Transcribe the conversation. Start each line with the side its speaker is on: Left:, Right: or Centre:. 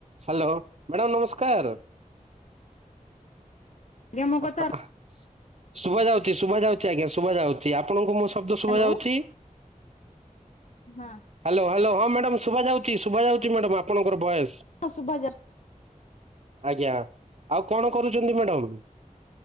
Right: ହାଲୋ ମାଡାମ୍ ନମସ୍କାର।
Left: ଆଜ୍ଞା ମୋ କଥା
Right: ଅହ ଅହ ଶୁଭା ଯାଉଛି ଶୁଭା ଯାଉଛି ଆଜ୍ଞା ଶୁଭା ଯାଉଛି ଆପଣଙ୍କୁ ମୋ ଶବ୍ଦ
Left: ହ୍ୟାଲୋ
Right: ଶୁଭା ଯାଉଛି?
Left: ହଁ
Right: ହାଲୋ ହାଲୋ ହଁ ମାଡାମ୍ ଶୁଭା ଯାଉ ଚି ଶୁଭାଯାଉଛି ମାଡ଼ାମ୍ ଆପଣଙ୍କର ଭଏସ୍।
Left: ହଁ ଶୁଭା ଯା
Right: ଆଜ୍ଞା ଆଉ କଣ କରୁଛନ୍ତି ମାଡମ୍?